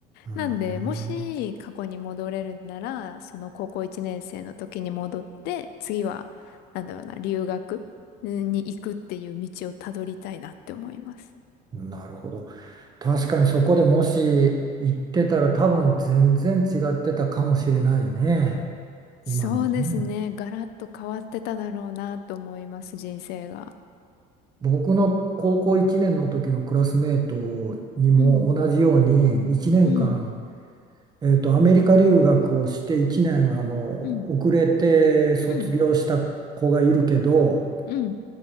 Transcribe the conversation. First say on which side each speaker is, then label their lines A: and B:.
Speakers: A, on the right; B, on the left.
A: うー
B: なんでもし過去に戻れるなら、その高校1年生の時に戻って、次は、なんだろうな、留学に行くっていう道をたどりたいなって思います。
A: ん、なるほど。確かにそこでもし行ってたら多分全然違ってたかもしれないね。
B: そうですね。
A: 今のね。
B: ガラッと変わってただろうなと思います、人生が。
A: 僕の高校1年の時のクラスメートにも同じように1年間、
B: うん、うん、
A: えーと、アメリカ留学をして1年あの
B: うん、
A: 遅れて卒業した子がいるけど
B: うん、うん。